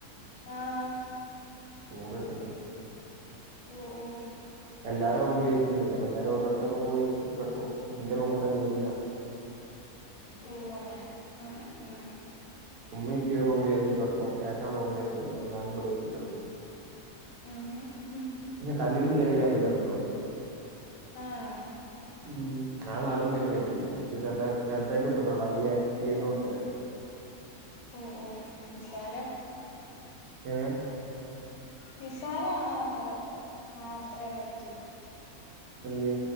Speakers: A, on the left; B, on the right.
A: ആഹ്.
B: ചൂട് ഇട്ത്ത്ട്ടെയ്
A: ഓഹ് ഓഹ്. ഓഹ്
B: എല്ലാരെ റൂമിലും എ സി ഇണ്ട്. അപ്പ എല്ലാരും ഒരോര് ന്റെ റൂമ് പോയി എ സി ഇട്ട് കെട്ക്കും. പിന്നെ ഇന്റെ റൂമ്ക്കാരും വെരൂലാ.
A: ഓഹ് അങ്ങനെ ഉം ഉം ഉം.
B: ഉമ്മിം ഉപ്പിം ഒര് റൂമിൽ എ സി ഇട്ട് കെട്ക്കും. ഏട്ടം റൂമിൽ എ സി ഇട്ട് കെട്ക്കും. ഞാൻ ഇബെടിം എ സി ഇട്ട് കെട്ക്കും.
A: ആഹ് ആഹ് ഉം.
B: ഇല്ല കർന്റ് ബില്ല് ചെറെ കർന്റ് ബില്ല് വന്ന്ട്ടൊള്ളു.
A: ആഹ്.
B: ഉം. അഹ് നല്ലോം വെരും കര്ന്റും ബില്ല്. പക്ഷെ ചെർതാ ചെർതായിട്ട് വന്ന്ട്ടൊള്ളു. അയ്യായിര്ത്തി എണ്ണൂറുപ്യാ
A: ഓഹ് ഓഹ് നിസാരം.
B: ഏഹ്
A: നിസാരം ആണ്ന്ന് പറിയ അപ്പോ ആഹ് അത്രേം റൈറ്റെയ്?
B: എന്തേ